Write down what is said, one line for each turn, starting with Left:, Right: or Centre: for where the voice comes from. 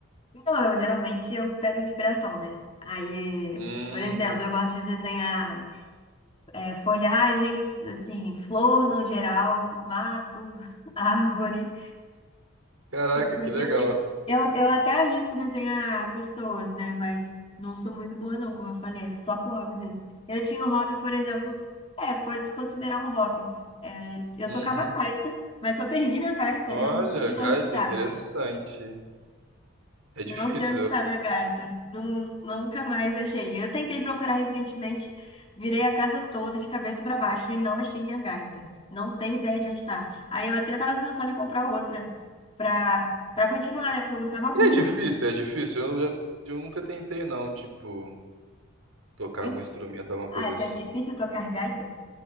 Left: Então, eu geralmente eu pego inspiração, né? Aí,
Right: Hum,
Left: por exemplo, eu gosto de desenhar é, folhagens, assim, flor no geral, mato, <laughs> árvore.
Right: caraca,
Left: essas coisas
Right: que legal.
Left: assim. Eu, eu até arrisco desenhar pessoas, né? Mas não sou muito boa, não, como eu falei, é só por hobby mesmo. Eu tinha um hobby, por exemplo, é, pode se considerar um hobby. É, eu
Right: Uhum.
Left: tocava gaita, mas eu perdi minha gaita,
Right: Olha,
Left: eu não sei
Right: gaita,
Left: onde tá.
Right: interessante. É difícil.
Left: Eu não sei onde
Right: eu-
Left: tá minha gaita. Nun- nunca mais achei. Eu tentei procurar recentemente, virei a casa toda de cabeça para baixo e não achei minha gaita. Não tenho ideia de onde tá. Aí eu até tava pensando em comprar outra. Pra para continuar, né? Porque eu gostava
Right: E
Left: muito
Right: é difícil, é difícil. Eu, já, eu nunca tentei, não, tipo, tocar
Left: Hein?
Right: algum instrumento, alguma coisa
Left: Ah,
Right: assim.
Left: se é difícil tocar gaita,